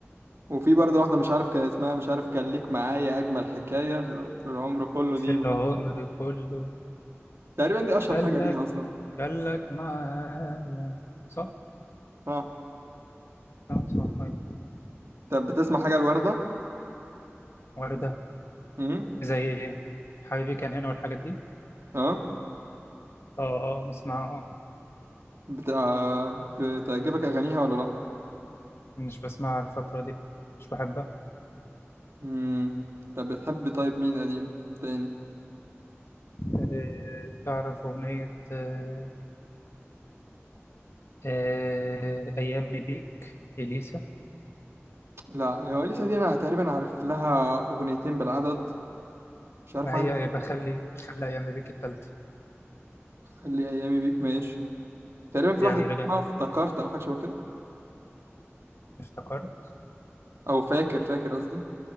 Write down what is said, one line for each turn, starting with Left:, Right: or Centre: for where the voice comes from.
Right: وفي برضه واحدة مش عارف كان اسمها مش عارف كان ليك معايا أجمل حكاية ل- للعمر كله
Left: في
Right: دي برضه
Left: العمر كله
Right: تقريبا دي أشهر
Left: قال
Right: حاجة
Left: لك
Right: ليها أصلا
Left: قال لك معايا صح
Right: ها
Left: صح صح أيوة.
Right: طب بتسمع حاجة الوردة
Left: وردة
Right: امم
Left: زي ايه حبيبي كان هنا والحاجات دي
Right: اه
Left: اه اه بسمع اه
Right: بتاع بتعجبك اغانيها ولا لا
Left: مش بسمع الفترة دي مش بحبها
Right: امم طب بتحب طيب مين قديم تاني
Left: آه، تعرف أغنية آه، آه، أيامي بيك إليسا
Right: لا هو لسه دي انا تقريبا عارف لها اغنيتين بالعدد مش عارف
Left: ما
Right: واحده
Left: هي
Right: تانية
Left: بخلي خلي خلي أيامي بيك التالتة
Right: خلي ايامي بيك ماشي تقريبا في
Left: دي
Right: واحده
Left: أميرة
Right: اسمها
Left: جمال
Right: افتكرت او حاجه شبه كده
Left: افتكرت
Right: او فاكر فاكر قصدي